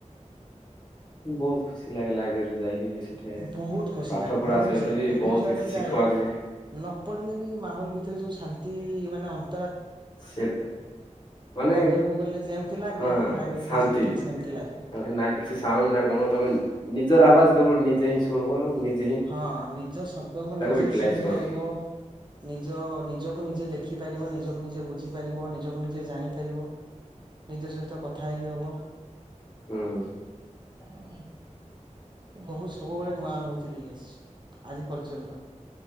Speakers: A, on the left; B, on the right.
A: ବହୁତ୍ ଖୁସି ଲାଗେ ଲାଇବ୍ରେରୀ ଯାଇକି। ବି ସେଠି
B: ବହୁତ୍ ଖୁସି
A: ପାଠ
B: ଲାଗେ
A: ପଢା
B: ମୁଁ
A: ସହିତ
B: ଯେବେ
A: ବହୁତ
B: ବି ଯୁଆଡେ
A: କିଛି
B: ଯାଏ
A: ଶିଖିବାକୁ
B: ନପ୍ ପଡ଼ିଲେ ବି ମାହୋଲ ଭିତରେ ଯେଉଁ ଶାନ୍ତି ମାନେ ଅନ୍
A: ସେ ମାନେ
B: ମନ୍ଦିରକୁ ଗଲେ ଯେମିତି ଲାଗେ
A: ହଁ
B: ଲାଇବ୍ରେରୀକୁ
A: ଶାନ୍ତି
B: ଆସିଲେ ଠିକ ସେମିତି ଲାଗେ।
A: ମ ନା କିଛି ସାଉଣ୍ଡ ନା କଣ ତମେ ନି <unintelligible> ନିଜର ଆବାଜ କେବଳ ନିଜେ ହିଁ ଶୁଣିବ ଆଉ ନିଜ୍
B: ହଁ ନିଜ ଶବ୍ଦକୁ ନିଜେ
A: ୟୁଟିଲାଇଜ
B: ଶୁଣି
A: କରିବ
B: ପାରିବ ନିଜ ନିଜକୁ ନିଜେ ଦେଖ୍ ଦେଖିପାରିବ ନିଜକୁ ନିଜେ ବୁଝିପାରିବ ନିଜକୁ ନିଜେ ଜାଣିପାରିବ ନିଜ ସହିତ କଥା ହେଇ ହବ।
A: ହୁଁ।
B: ହ <unintelligible> ବହୁ ସବୁବେଳେ ନୂଆ ଅନୁଭୂତି ଦେଇ ଆସିଛି ଆଜି ପର୍ଯ୍ୟନ୍ତ।